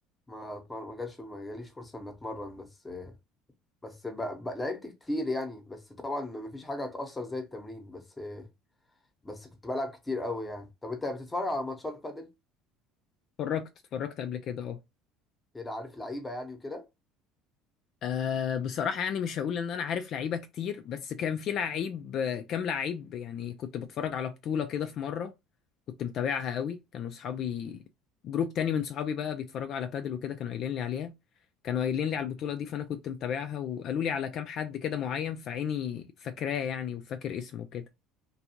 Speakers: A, on the left; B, on the left.
A: ما اتمرن ما جاش ما جاليش فرصه ان اتمرن بس بس ب... ب... لعبت كتير يعني بس طبعا ما فيش حاجه هتاثر زي التمرين بس بس كنت بلعب كتير قوي يعني طب انت بتتفرج على ماتشات بادل
B: اتفرجت اتفرجت قبل كده اه
A: يعني عارف لعيبه يعني وكده
B: أه بصراحة يعني مش هقول إن أنا عارف لعيبة كتير بس كان في لعيب آه، كام لعيب يعني كنت بتفرج على بطولة كده في مرة كنت متابعها قوي كانوا صحابي جروب تاني من صحابي بقى بيتفرجوا على بادل وكده كانوا قايلين لي عليها كانوا قايلين لي على البطولة دي فأنا كنت متابعها وقالوا لي على كام حد كده معين فعيني فاكراه يعني وفاكر اسمه كده